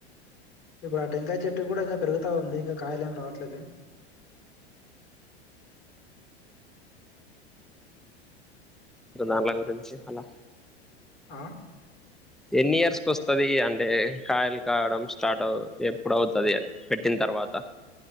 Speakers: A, on the left; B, in the centre.
A: ఇప్పుడు ఆ టెంకాయ చెట్టు గూడా ఇంగా పెరుగుతా ఉంది, ఇంగా కాయల్ ఏమి రావట్లేదు.
B: ఇంకా దాన్ల గురించి అలా.
A: ఆ.
B: ఎన్ని ఇయర్స్ కి ఓ, అంటే కాయలు కావడం. స్టార్ట్ అవ్, ఎప్పుడవుత్. అదే అండి. పెట్టిన్ తర్వాత,